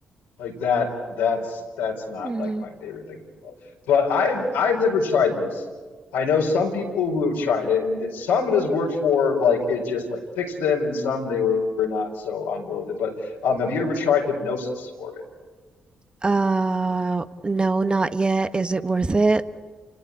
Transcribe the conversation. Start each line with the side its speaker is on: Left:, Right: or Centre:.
Left: like that, that's that's not
Right: Mm-hmm.
Left: like my favorite thing in the world. But I've I've never tried this. I know some people who have tried it, and it, some it has worked for like it just like fixed them, and some they were not so on board with it. But um, have you ever tried hypnosis for it?
Right: Uh, no, not yet. Is it worth it?